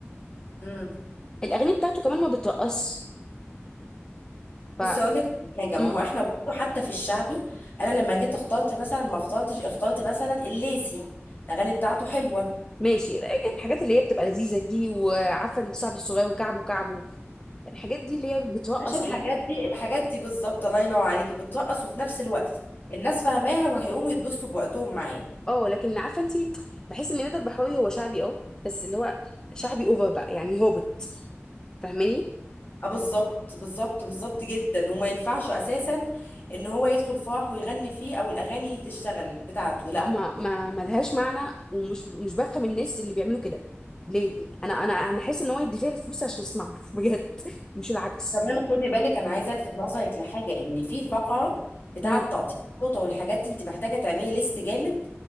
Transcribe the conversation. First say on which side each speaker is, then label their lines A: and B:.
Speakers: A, on the left; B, on the left.
A: امم
B: الأغاني بتاعته كمان ما بترقص ف
A: بصي اقول لك حاجه ما
B: مم.
A: هو احنا برضه حتى في الشعبي انا لما جيت اخترت مثلا ما اخترتش اخترت مثلا الليسي الاغاني بتاعته حلوه
B: ماشي الحاجات اللي هي بتبقى لذيذة دي وعارفة ان صاحبي الصغير وكعبه كعبه الحاجات دي اللي هي بتوقع
A: عشان الحاجات
B: عادي
A: دي الحاجات دي بالظبط الله ينور عليكي بترقص وفي نفس الوقت الناس فاهماها وهيقوموا يتبسطوا بوقتهم معانا
B: اه لكن عارفة انت بحس ان رضا البحراوي هو شعبي اه بس اللي هو شعبي اوفر بقى يعني هابط فاهماني
A: اه بالظبط بالظبط بالظبط جدا وما ينفعش اساسا ان هو يدخل فرح ويغني فيه او الاغاني تشتغل بتاعته لا
B: اما ما ملهاش معنى ومش مش بفهم الناس اللي بيعملوا كده ليه انا انا انا حاسس ان هو يدفع لي فلوس عشان اسمع له <laughs> بجد مش العكس
A: كمان خدي بالك انا عايزه الفت نظرك لحاجه ان في فقره بتاعه
B: مم.
A: تقطيع الفوطه والحاجات دي انت محتاجه تعملي ليست جامد